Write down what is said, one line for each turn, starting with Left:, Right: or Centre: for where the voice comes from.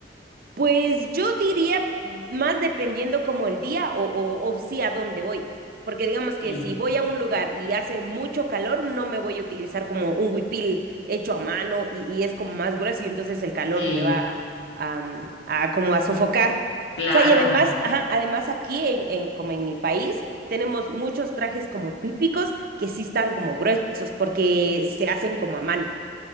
Right: Pues yo diría más dependiendo como el día o, o, o sí a dónde voy. Porque digamos que
Left: Sí.
Right: si voy a un lugar y hace mucho calor, no me voy a utilizar como un huipil hecho a mano y, y es como más grueso y entonces el calor
Left: Sí,
Right: me va a, am, a como a sofocar.
Left: claro.
Right: O sea, y además, ajá, además aquí en, en, como en mi país tenemos muchos trajes como típicos que sí están como gruesos porque se hacen como a mano.